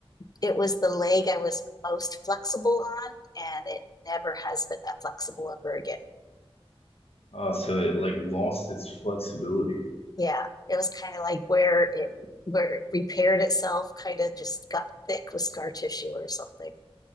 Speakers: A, on the left; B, on the left.
A: it was the leg I was most flexible on, and it never has been that flexible ever again.
B: Uh, so it like lost its flexibility.
A: Yeah, it was kind of like where
B: Kind of
A: it
B: crazy.
A: where it repaired itself, kind of just got thick with scar tissue or something.